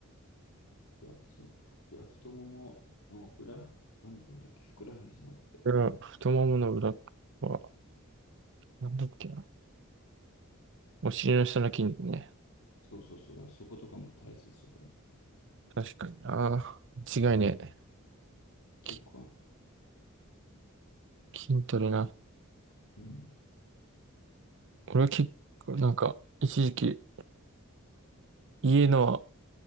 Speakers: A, on the left; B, on the right.
A: ここだっけ、その、太ももの裏なんていうんだっけ、ふくらはぎじゃなくて、
B: これは太ももの裏は、なんだっけな。お尻の下の筋肉ね。
A: そうそうそう、だからそことかも大切とかね、
B: 確かにな。間違いねえ。
A: 結構あるの。
B: き筋トレな。
A: うん、
B: 俺は結構なんか、一時期、家の、